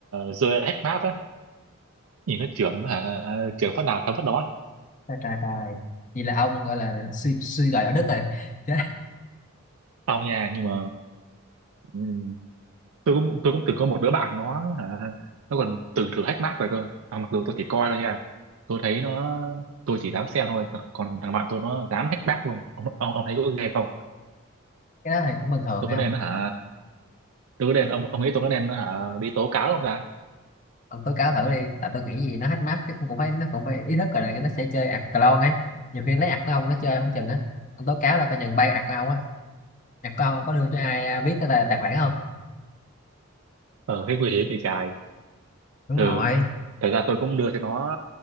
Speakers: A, on the right (about 75°); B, on the left (about 35°).
A: rơi hack map á nhìn nó trưởng hả trưởng phát nào thắng phát đó
B: trời trời trời vậy là ông gọi là suy suy đồi đạo đức rồi cái
A: xong nha nhưng mà Ừ. tôi cũng tôi cũng từng có một đứa bạn nó hả, nó còn từng thử hack Mac rồi cơ à, mặc dù tôi chỉ coi thôi nha tôi thấy nó tôi chỉ dám xem thôi còn thằng bạn tôi nó dám hack Mac luôn ông ông, ông thấy có ghê không
B: cái đó thì cũng bình thường
A: tôi
B: thấy
A: có nên
B: không
A: nó hả tôi có nên ông ông nghĩ tôi có nên nó hả đi tố cáo không ta
B: ông tố cáo thử đi tại tôi nghĩ gì nó hack map chứ cũng phải nó cũng phải ý thức rồi này, nó sẽ chơi ạc clone ấy nhiều khi lấy ạc của ông nó chơi không chừng á ông tố cáo là coi chừng bay ạc của ông á ạc của ông ông có đưa cho ai à, biết cái tài tài khoản không
A: ờ thế nguy hiểm thì trời
B: đúng
A: ừ
B: rồi
A: thật ra tôi cũng đưa cho nó